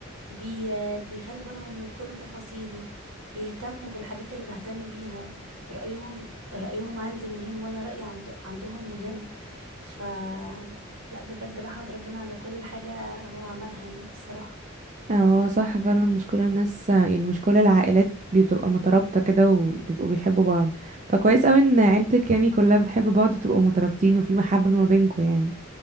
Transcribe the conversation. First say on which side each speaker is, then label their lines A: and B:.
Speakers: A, on the right; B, on the right.
A: بي... بيخلي بالهم من كل تفاصيلي بيهتموا بالحاجات اللي بهتم بيها رأيهم رأيهم عندي مهم وانا رأيي عند... عندهم مهم ف لا بجد بحمد ربنا على كل حاجة هو عملها يعني الصراحة
B: اه هو صح فعلا مش كل الناس يعني مش كل العائلات بتبقى مترابطة كده وبيبقوا بيحبوا بعض فكويس قوي ان عيلتك يعني كلها بتحب بعض وتبقوا مترابطين وفي محبة ما بينكوا يعني